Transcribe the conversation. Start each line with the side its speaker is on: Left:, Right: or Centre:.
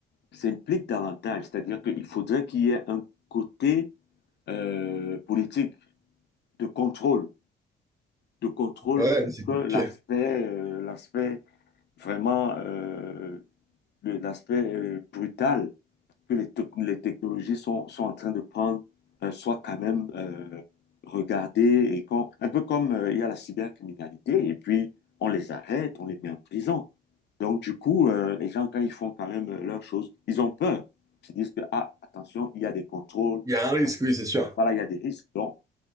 Left: s'impliquent davantage. C'est-à-dire qu'il faudrait qu'il y ait un côté euh, politique de contrôle, de contrôle
Right: Ouais,
Left: pour
Right: mais c'est compliqué.
Left: que l'aspect, euh, l'aspect vraiment, euh, le- l'aspect euh, brutal que les, tec- les technologies sont, sont en train de prendre euh, soit quand même euh, regardées et quand un peu comme euh, il y a la cybercriminalité et puis on les arrête, on les met en prison. Donc du coup, euh, les gens, quand ils font quand même euh, leurs choses, ils ont peur. Ils disent que, ah, attention, il y a des contrôles,
Right: Il y a un risque,
Left: attention,
Right: oui, c'est sûr.
Left: voilà, il y a des risques. Donc,